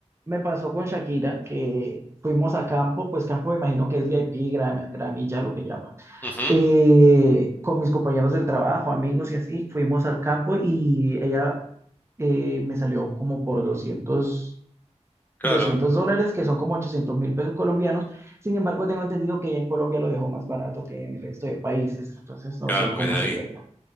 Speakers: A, on the right; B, on the left.
A: Me pasó con Shakira, que fuimos a campo, pues campo me imagino que es VIP, gram- gramilla, lo que llama.
B: Ujú,
A: Eh, con mis compañeros del trabajo, amigos y así, fuimos al campo y ella eh, me salió como por doscientos,
B: claro,
A: doscientos dólares, que son como ochocientos mil pesos colombianos. Sin embargo, tengo entendido que ella en Colombia lo dejó más barato que en el resto de países, entonces no
B: claro,
A: sé
B: porque
A: cómo
B: es de
A: sería
B: ahí.
A: ya.